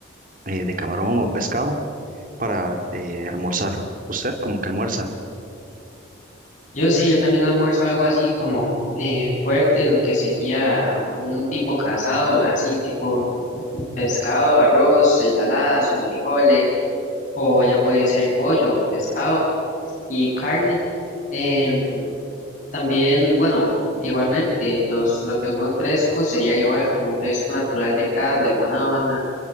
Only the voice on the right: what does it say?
eh, de camarón o pescado para eh, almorzar. ¿Usted como que almuerza?